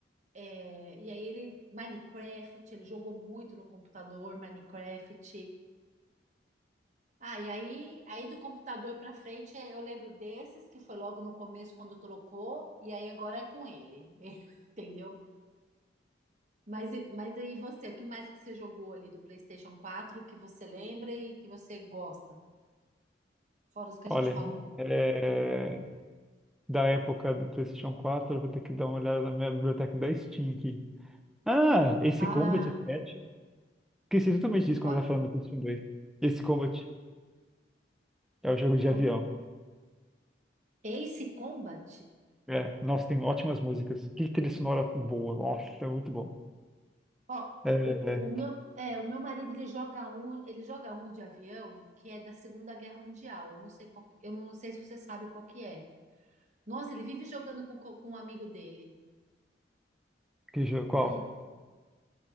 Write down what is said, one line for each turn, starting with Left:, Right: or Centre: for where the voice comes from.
Right: é, e aí ele Minecraft, ele jogou muito no computador Minecraft. Ah, e aí, aí do computador para frente é, eu lembro desses que foi logo no começo quando trocou e aí agora é com ele, <laughs> entendeu? Mas, e- mas aí você, o que mais que você jogou ali do PlayStation 4 que você lembra e que você gosta? Fora os que
Centre: olha,
Right: a gente falou.
Centre: é, da época do PlayStation 4, eu vou ter que dar uma olhada na minha biblioteca da Steam aqui. Ah, esse
Right: Ah,
Centre: Combat 7. Esqueci totalmente disso
Right: qua-
Centre: quando eu tava falando do PlayStation 2. Esse Combat é o jogo de
Right: com,
Centre: avião.
Right: Ace Combat?
Centre: É, nossa, tem ótimas músicas. Que trilha sonora boa. Nossa, é muito bom.
Right: Ó,
Centre: É, é,
Right: o, o, o meu, é, o meu marido ele joga um, ele joga um de avião que é da Segunda Guerra Mundial. Eu não sei qual, eu não sei se você sabe qual que é. Nossa, ele vive jogando com, co- com um amigo dele.
Centre: que jogo, qual?
Right: Ai,